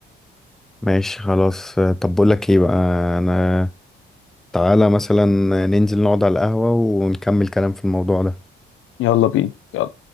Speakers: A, in the centre; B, on the left.
A: ماشي خلاص آه، طب بقول لك ايه بقى انا تعالى مثلا ننزل نقعد على القهوة ونكمل كلام في الموضوع ده
B: يلا بينا يلا